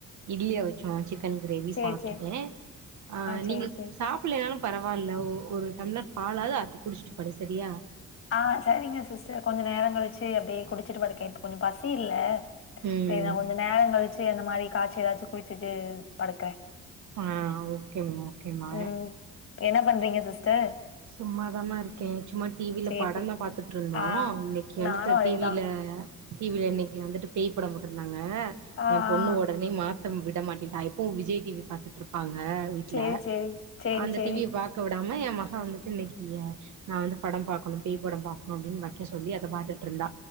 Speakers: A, on the right; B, on the left.
A: இட்லி அவிச்சோ சிக் க்கன் கிரேவி
B: சேரி
A: சாப்ட்டுட்டே
B: சேரி
A: ஆ
B: சேரி
A: நீங்க
B: சேரி
A: சாப்புலேனாலும் பரவால்ல ஒ ஒரு டம்ளர் பாலாது ஆத்தி குடிச்சிட்டு படு சரியா
B: ஆ சரிங்க சிஸ்டர் கொஞ்ச நேரங் கழிச்சு அப்டியே குடிச் சிட்டு படுக்கே இப்ப கொஞ்சோ பசி இல்ல
A: ம்
B: செரி நான் கொஞ்சோ நேரங் கழிச்சு சேரி அந்த மாரி காய்ச்சி ஏதாச்சு குடிச்சிட்டு படுக்குற
A: ஆ ஓகே ஓகேமா
B: ம் என்ன பண்றீங்க சிஸ்டர்
A: சும்மாதாமா இருக்கே சும்மா டி வில
B: சேரி
A: படந்தா
B: சேரி
A: பாத்துட்டு இருந்தோ
B: ஆ
A: இன்னைக்கு வந்துட்டு
B: நானு அதேதா
A: டி வில டி வில இன்னைக்கு வந்துட்டு பேய் படோ போட்டு இருந்தாங்க
B: ஆ
A: ங்க என் பொண்ணு
B: ஆ
A: ஒடனே மாத் தம் விட மாட்டின்டா எப்பவு விஜய் டி வி பாத்துட்டு இருப்பாங் க வீட்ல
B: சேரி சேரி சேரி
A: அந்த
B: சேரி
A: டி விய பாக்க வி தமயமா நா வந்துட்டு இன்னைக்கு நா வந்து படம் பாக்கணு பேய் படம் பாக்கணு அப்டின் வெக்க சொல்லி அத பாத்துட்டு இருந்தா